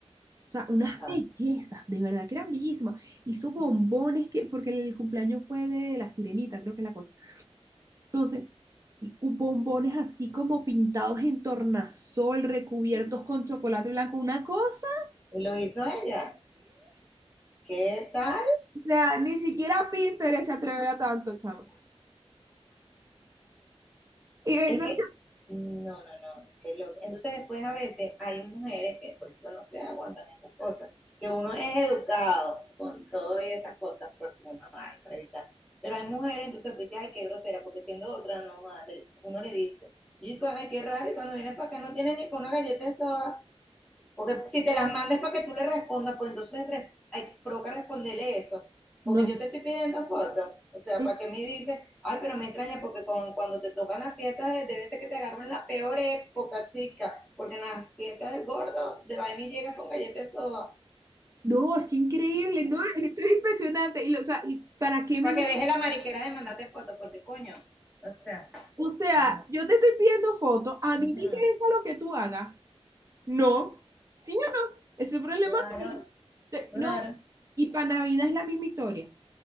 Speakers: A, on the right; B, in the centre.
A: O sea, unas
B: Ajá.
A: bellezas, de verdad que eran bellísimas. Hizo bombones que, porque el cumpleaños fue de la sirenita, creo que es la cosa. Entonces, u- bombones así como pintados en tornasol, recubiertos con chocolate blanco, una cosa.
B: ¿Y lo hizo ella? ¿Qué tal?
A: O sea, ni siquiera Pinterest se atreve a tanto, chama. Y vengo,
B: Es que, no, no, no, qué loco. Entonces después a veces hay mujeres que, por ejemplo, no se aguantan esas cosas, que uno es educado con todo y esas cosas, porque uno, ay, para evitar. Pero hay mujeres, entonces pues dices, ay, qué grosera, porque siendo otra, no, vale. uno le dice, y cuando, ay, qué raro, y cuando vienes para acá no tienes ni con una galleta de soda. Porque si te las mandes para que tú le respondas, pues entonces re- hay- provoca responderle eso. Porque
A: No,
B: yo
A: es
B: te estoy pidiendo fotos. O sea,
A: eh,
B: para que me dices, ay, pero me extraña porque con, cuando te tocan las fiestas, debe ser que te agarran la peor época, chica. Porque en las fiestas del gordo, de vaina y llegas con galletas de soda.
A: no, es que increíble, no, esto es impresionante. Y, lo- o sea, ¿y para qué
B: Para
A: me... mandas?
B: que deje la mariquera de mandarte fotos, porque coño. O sea,
A: O sea,
B: no.
A: yo te estoy pidiendo fotos, a
B: Ujú,
A: mí me interesa lo que tú hagas. No, sí, ajá, ese problema
B: Claro,
A: tuyo. Te-
B: claro.
A: No, y para Navidad es la misma historia.